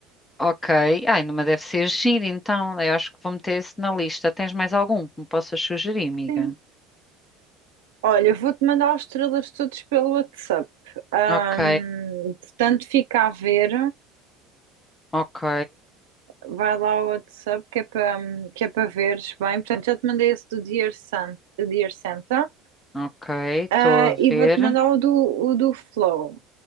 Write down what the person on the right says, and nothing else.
Sim. Olha, eu vou-te mandar os trailers todos pelo WhatsApp. Ahm,
portanto, fica a ver.
Vai lá ao WhatsApp que é para que é para veres bem. Portanto, já te mandei esse do Dear Sun, do Dear Santa.
Ah,
e
vou-te mandar o do, o do Flow.